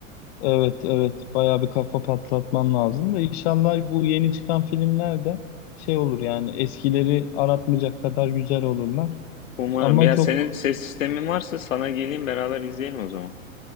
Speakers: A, on the left; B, on the left.
A: Evet, evet. Bayağı bir kafa patlatman lazım da inşallah bu yeni çıkan filmler de şey olur yani eskileri aratmayacak kadar güzel olurlar.
B: Umarım.
A: Ama
B: Ya
A: çok
B: senin ses sistemin varsa sana geleyim beraber izleyelim o zaman.